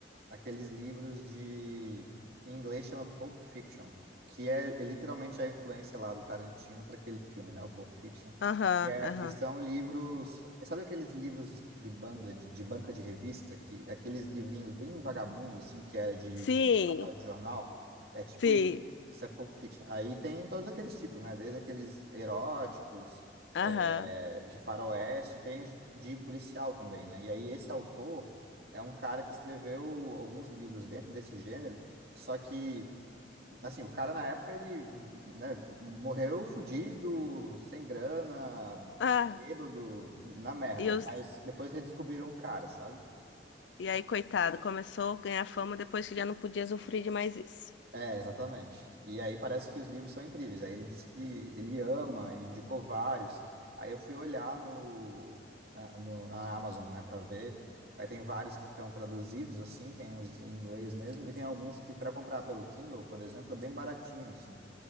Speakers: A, on the right; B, on the left.
A: aqueles livros de em inglês chama Pulp Fiction, que é é literalmente a influência lá do Tarantino para aquele filme, né? O Pulp Fiction,
B: Aham,
A: que, é,
B: aham.
A: que são livros, sabe aqueles livros de banda, de, de banca de revista, que é aqueles livrinhos bem vagabundos assim, que é de
B: Sim,
A: papel de jornal, é tipo
B: sim.
A: isso. Isso é Pulp Fiction. Aí tem todos aqueles tipos, né? Desde aqueles eróticos,
B: Aham.
A: é, de faroeste, tem os de policial também, né? E aí esse autor é um cara que escreveu alguns livros dentro desse gênero, só que, assim, o cara na época ele, né, morreu fudido, sem grana,
B: Ah,
A: bêbado, na merda,
B: e, os,
A: mas depois redescobriram o cara, sabe?
B: e aí, coitado, começou a ganhar fama depois que já não podia sofrer de mais isso.
A: É, exatamente. E aí parece que os livros são incríveis. Aí ele disse que ele ama e indicou vários. Aí eu fui olhar no, na, no- na Amazon, né, para ver. Aí tem vários que estão traduzidos, assim, tem uns em inglês mesmo, e tem alguns que para comprar pelo Kindle, por exemplo, é bem baratinho, assim.